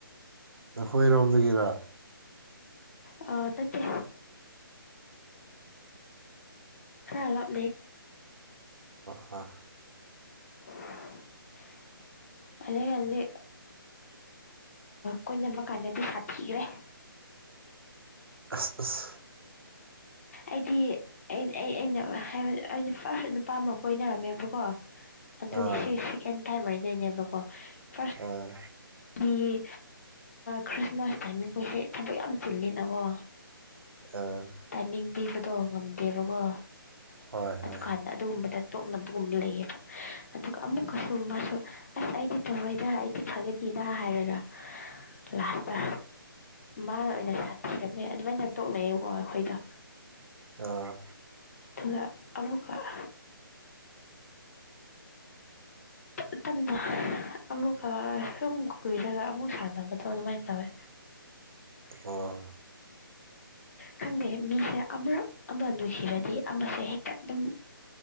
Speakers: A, on the right; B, on the left.
A: ꯅꯈꯣꯏꯔꯣꯝꯗꯒꯤꯔ
B: ꯑ ꯅꯠꯇꯦ ꯈꯔ ꯂꯥꯞꯅꯩ
A: ꯍꯥ
B: <inaudible> ꯑꯗꯩ ꯑꯗ ꯀꯣꯏꯅꯕ ꯀꯥꯟꯗꯗꯤ ꯁꯥꯊꯤꯈ꯭ꯔꯦ
A: ꯑꯁ ꯑꯁ
B: ꯑꯩꯗꯤ ꯑꯩ ꯑꯩꯅ ꯍꯥꯏꯕ ꯑꯩꯅ ꯐꯥꯔꯁ ꯅꯨꯄꯥꯃꯛ ꯀꯣꯏꯅꯔꯝꯃꯦꯕꯀꯣ ꯑꯗꯨꯒꯤ
A: ꯑꯥ
B: ꯁꯤ ꯁꯦꯀꯦꯟ ꯇꯥꯏꯝ ꯍꯥꯏꯗꯣꯏꯅꯦꯕꯀꯣ ꯐꯥꯔꯁ
A: ꯑꯥ
B: ꯍꯥꯏꯗꯤ ꯈ꯭ꯔꯤꯁꯃꯥꯁ ꯇꯥꯏꯃꯤꯡꯈꯣꯏꯁꯦ ꯊꯕꯛ ꯌꯥꯝ ꯆꯤꯜꯂꯤꯅꯀꯣ
A: ꯑ
B: ꯇꯥꯏꯃꯤꯡ ꯄꯤꯕꯗꯣ ꯉꯝꯗꯦꯕꯀꯣ
A: ꯍꯣꯏ ꯍꯣꯏ
B: ꯀꯥꯟꯗ ꯑꯗꯨꯒꯨꯝꯕꯗ ꯇꯣꯛꯅꯕꯒꯨꯝꯕ ꯂꯩꯌꯦꯕ ꯑꯗꯨꯒ ꯑꯃꯨꯛꯀꯁꯨ ꯃꯥꯁꯨ ꯑꯁ ꯑꯩꯗꯤ ꯇꯧꯔꯣꯏꯗ ꯑꯩꯗꯤ ꯐꯒꯅꯤꯗ ꯍꯥꯏꯔꯒ ꯂꯥꯁꯇ ꯃꯥꯅ ꯑꯣꯏꯅ ꯁꯥꯊꯤꯔꯝꯃꯦ ꯑꯗꯨꯃꯥꯏꯅ ꯇꯣꯛꯅꯩꯌꯦꯕꯀꯣ ꯑꯩꯈꯣꯏꯗ
A: ꯑ
B: ꯑꯗꯨꯅ ꯑꯃꯈꯛ ꯈꯨꯇꯟꯗꯣ ꯑꯃꯨꯛꯀ ꯁꯨꯝ ꯀꯨꯏꯔꯒ ꯑꯃꯨꯛ ꯁꯥꯟꯅꯕꯗꯣ ꯑꯗꯨꯃꯥꯏꯅ ꯇꯧꯋꯦ
A: ꯑꯣ
B: ꯈꯪꯗꯦ ꯃꯤꯁꯦ ꯑꯃꯔꯛ ꯑꯃ ꯅꯨꯡꯁꯤꯔꯗꯤ ꯑꯃꯁꯦ ꯍꯦꯛꯇ ꯇꯤꯡ